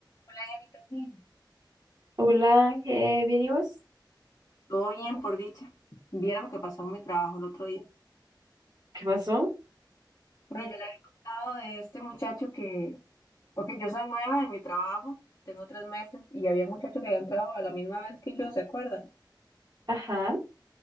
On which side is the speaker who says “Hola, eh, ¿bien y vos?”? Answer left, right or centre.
Right